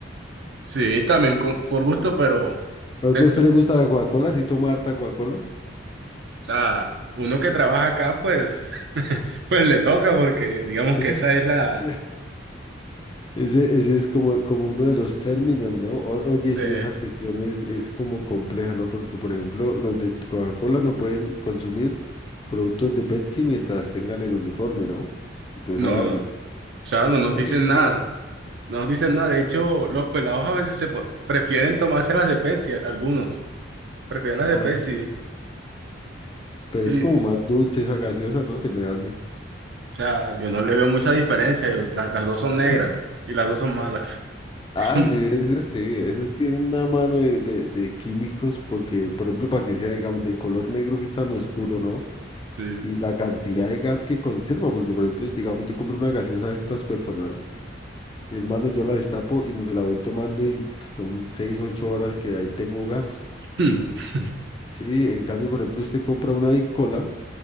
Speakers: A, on the right; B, on the left.
A: Sí, también con- por gusto, pero...
B: Por
A: dentro.
B: ejemplo, ¿a usted le gusta la Coca-Cola? ¿Sí toma harta Coca-Cola?
A: sea, uno que trabaja acá, pues, <laughs> pues le toca porque digamos
B: <laughs>
A: que esa es la...
B: Ese, ese es como, como uno de los términos, ¿no? O- oye, sí,
A: eh,
B: esa cuestión es, es como compleja, ¿no? Porque, por ejemplo, los de Coca-Cola no pueden consumir productos de Pepsi mientras tengan el uniforme, ¿no? Y toda
A: no,
B: esa vaina.
A: o sea, no nos
B: <laughs>
A: dicen
B: ¿Qué?
A: nada, no nos dicen nada. De hecho, los pelados a veces se po- prefieren tomarse las de Pepsi, algunos prefieren las
B: Ah,
A: de Pepsi.
B: sí, pero
A: Y,
B: es como más
A: o
B: dulce esa gaseosa, ¿no? Se me hace.
A: sea, yo no le veo mucha diferencia, yo- la- las dos son
B: <laughs>
A: negras y las dos son malas.
B: Ah,
A: <laughs>
B: sí, eso sí, eso tiene una mano de, de, de químicos porque, por ejemplo, para que sea, digamos, de color negro que es tan oscuro, ¿no?
A: Sí.
B: Y la cantidad de gas que conserva, porque, por ejemplo, digamos, yo compro una gaseosa de estas personal Y hermano, yo la destapo y me la voy tomando y pues, son seis, ocho horas que ahí tengo gas.
A: <clears throat>
B: Sí, en cambio, por ejemplo, usted compra una bicola